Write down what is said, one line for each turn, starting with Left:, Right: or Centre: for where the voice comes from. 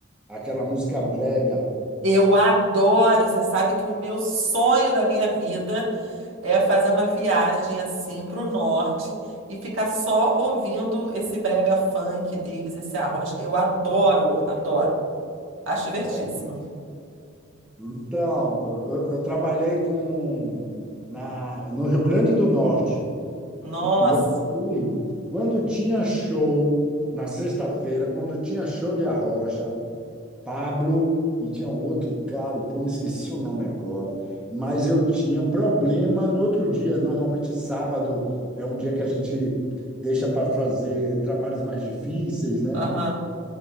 Centre: Aquela música brega.
Right: Eu adoro, você sabe que o meu sonho da minha vida é fazer uma viagem assim pro norte e ficar só ouvindo esse brega funk deles, esse arroz. Eu adoro, adoro. Acho
Centre: Não.
Right: divertidíssimo.
Centre: Então, eu, eu- eu trabalhei com na, no Rio Grande do Norte.
Right: Nossa.
Centre: E aí, quando tinha show na sexta-feira, quando tinha show de Arrocha, Pablo e tinha um outro cara, pô, me esqueci o nome agora, mas eu tinha problema no outro dia. Normalmente sábado é um dia que a gente deixa para fazer trabalhos mais difíceis, né?
Right: Aham.